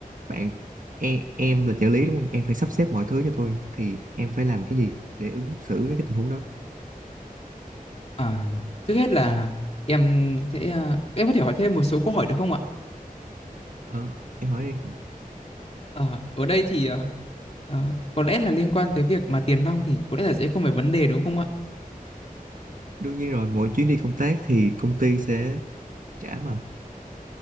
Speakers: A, on the right; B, on the left.
A: bạn em, em là trợ lý đúng không em phải sắp xếp mọi thứ cho tôi thì em phải làm cái gì để ứng xử với cái tình huống đó
B: à, trước hết là em sẽ à, em có thể hỏi thêm một số câu hỏi được không ạ
A: Ờ, em hỏi đi
B: Ờ, ở đây thì à, ờ, có lẽ là liên quan tới việc mà tiền nong thì có lẽ là dễ không phải vấn đề đúng không ạ
A: đương nhiên rồi mỗi chuyến đi công tác thì công ty sẽ trả mà